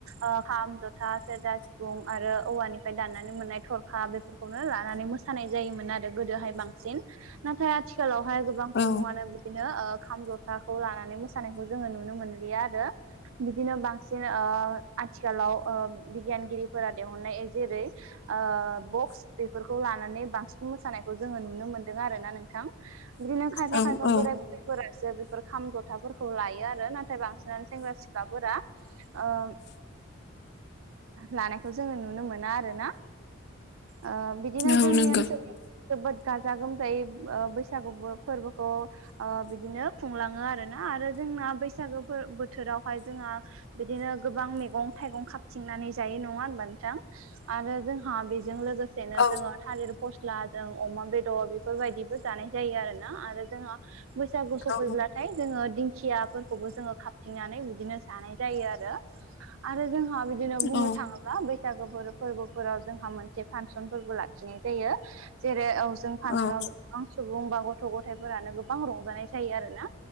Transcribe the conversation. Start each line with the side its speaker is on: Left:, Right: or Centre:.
Right: ओ खाम जथा सेरजा सिफुं आरो औवफ्राय दनानै मोननाय थर खा बेफोरखौनो लानानै मोसानाय जायोमोन आरो गोदोहाय बांसिन नाथाय आथिखालावहाय गोबां
Left: औ
Right: सुबङानो बिदिनो ओ खाम जथाखौ लानानै मोसानायखौ जोङो नुनो मोनलिया आरो बिदिनो बांसिन <unintelligible> आथिखालाव बिगियानगिरिफोरा दिहुननाय जेरै ओ बक्स बेफोरखौ लानानै बांसिन मोसानायखौ जोङो नुनो मोनदों आरोना नोंथां बिदिनो खायफा
Left: औ
Right: खायफा
Left: औ
Right: बोराय <unintelligible> फोरासो बेफोर खाम जथाफोरखौ लायो आरो नाथाय बांसिनानो सेंग्रा सिख्लाफोरा ओ लानायखौ जोङो नुनो मोना आरोना ओ बिदिनो
Left: औ
Right: जोंनि
Left: नंगौ
Right: ओनसोलाव जोबोद गाजा गोमजायै ओ बैसागु फोरबोखौ अ बिदिनो खुंलाङो आर ना आरो जोंना बैसागो बोथोरावहाय जोंहा बिदिनो गोबां मैगं थाइगं खाबथिंनानै जायो नङा होनबा नोंथां आरो जोंहा बेजों लोगो सेनो
Left: औ
Right: जोङो थालिर फस्ला जों अमा बेदर बेफोरबायदिबो जानाय जायो आरो ना आरो जोंहा बैसागु सफैब्लाथाय
Left: औ
Right: जोङो दिंखियाफोरखौबो जोङो खााबथिंनानै बिदिनो जानाय जायो आरो आरो जोंहा बिदिनो बुंनो
Left: औ
Right: थाङोब्ला बैसागो फोरबोफोराव जोंहा मोनसे फांसन फोरबो लाखिनाय जायो जेरै जों फांसनाव
Left: औ
Right: गोबां सुबुं बा गथ' गथायफोरानो गोबां रंजानाय जायो आरोना